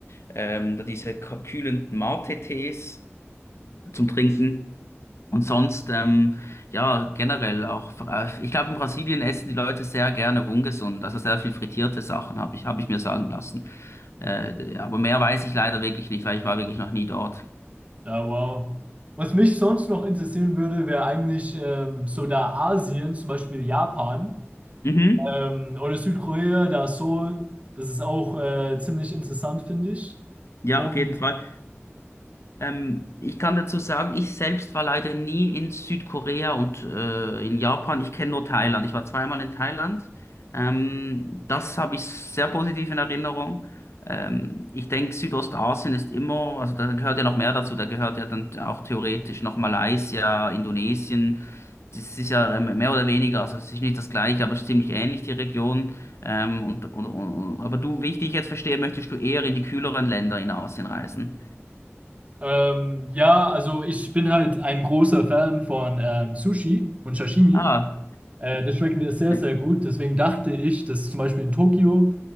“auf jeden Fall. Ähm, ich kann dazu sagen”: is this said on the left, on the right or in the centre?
Left